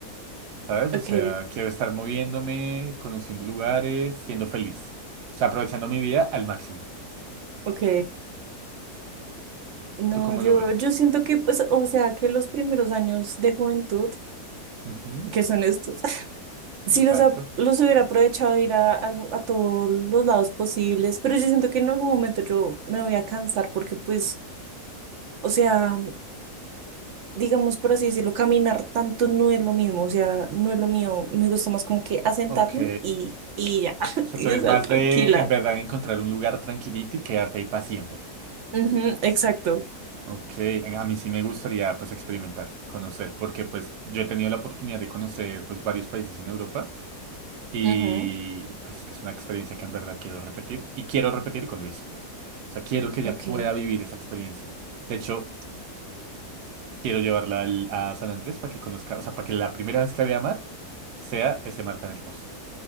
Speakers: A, on the right; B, on the right.
A: ¿sabes?
B: Ok,
A: O sea, quiero estar moviéndome, conociendo lugares, siendo feliz. O sea, aprovechando mi vida al máximo.
B: ok. No,
A: ¿Tú cómo
B: yo,
A: lo ves?
B: yo siento que, pues, o sea, que los primeros años de juventud,
A: Ujú,
B: que son estos, <laughs> sí
A: exacto.
B: los, ap- los hubiera aprovechado de ir a, algo- a todos los lados posibles, pero yo siento que en algún momento yo me voy a cansar porque, pues, o sea, digamos por así decirlo, caminar tanto no es lo mismo, o sea, no es lo mío, me gusta más como que asentarme
A: Ok.
B: y, y ya, <laughs>
A: O sea,
B: y
A: tú eres
B: estar
A: más
B: tranquila.
A: de en verdad encontrar un lugar tranquilito y quedarte ahí para siempre.
B: Ujú, exacto.
A: Ok, en- a mí sí me gustaría pues experimentar, conocer, porque pues yo he tenido la oportunidad de conocer pues varios países en Europa y
B: Ujú,
A: pues es que es una experiencia que en verdad quiero repetir y quiero repetir con Luisa. O sea, quiero que ella
B: ok,
A: pueda vivir esa experiencia. De hecho, quiero llevarla al- a San Andrés para que conozca, o sea, para que la primera vez que la vea mar sea ese mar tan hermoso.